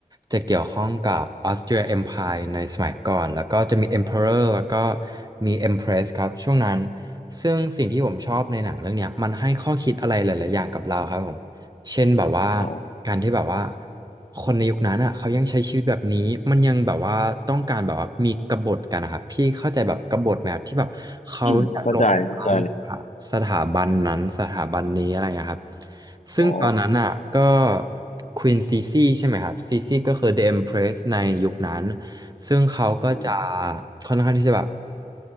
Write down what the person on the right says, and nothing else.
จะเกี่ยวข้องกับ Austria Empire ในสมัยก่อนแล้วก็จะมี Emperor แล้วก็มี Empress ครับช่วงนั้นซึ่งสิ่งที่ผมชอบในหนังเรื่องเนี้ยมันให้ข้อคิดอะไรหลายๆอย่างกับเราครับผมเช่นแบบว่า
การที่แบบว่าคนในยุคนั้นอ่ะเขายังใช้ชีวิตแบบนี้มันยังแบบว่าต้องการแบบว่ามีกบฏกันนะครับพี่เข้าใจแบบกบฏไหมครับที่แบบเขาจะลง
ทั้งสถาบันนั้นสถาบันนี้อะไรเงี้ยครับซึ่งตอนนั้นอ่ะก็
ควีนซีซีใช่ไหมครับซีซีก็คือ The Empress ในยุคนั้นซึ่งเขาก็จะ
ค่อนข้างที่จะแบบ